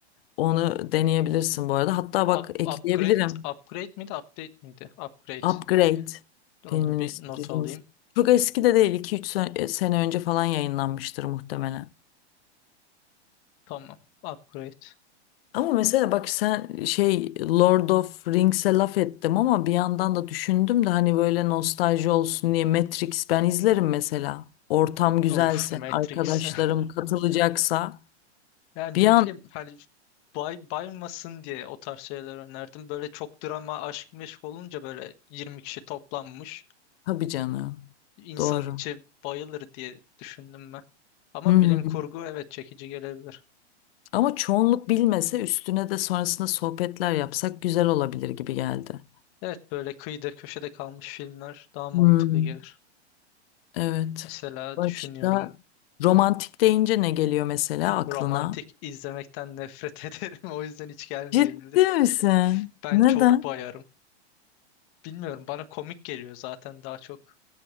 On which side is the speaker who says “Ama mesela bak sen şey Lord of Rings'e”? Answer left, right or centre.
Left